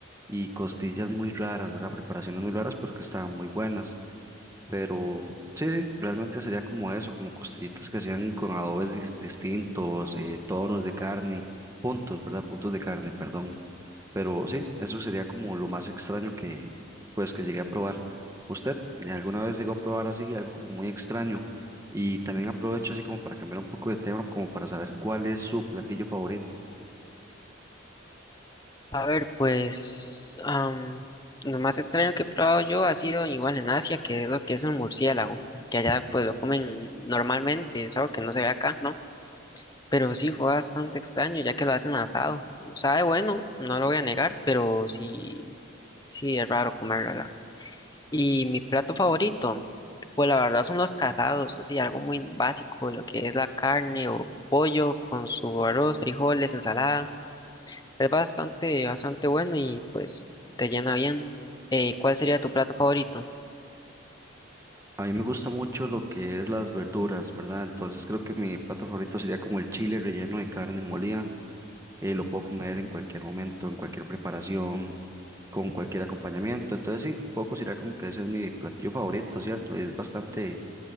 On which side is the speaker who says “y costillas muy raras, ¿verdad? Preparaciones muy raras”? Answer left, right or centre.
Right